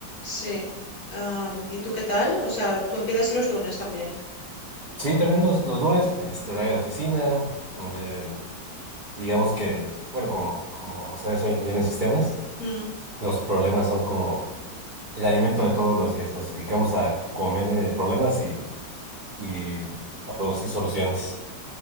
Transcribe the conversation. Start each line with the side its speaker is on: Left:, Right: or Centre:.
Left: Sí. am, ¿y tú qué tal? O sea, tú empiezas los lunes también.
Right: Sí, también los, los lunes, este, horario de oficina. eh, digamos que, bueno, como, como sabes, soy ingeniero en sistemas.
Left: Mm,
Right: Los problemas son como el alimento de todos los días. Nos dedicamos a comer eh, problemas y, y a producir soluciones,